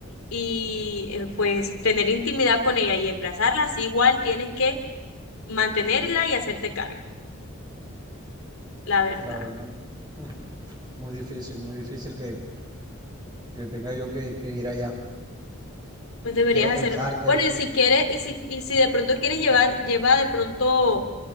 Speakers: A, on the left; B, on the right.
A: y eh, pues tener intimidad con ella y emplazarla, así igual tienes que mantenerla y hacerte cargo, la verdad.
B: La verdad, mm, muy difícil, muy difícil que, que tenga yo que, que ir allá.
A: Pues deberías
B: Quiero
A: hacerlo.
B: pensar, quiero,
A: Bueno, y si quieres, y si, y si de pronto quieres llevar, lleva de pronto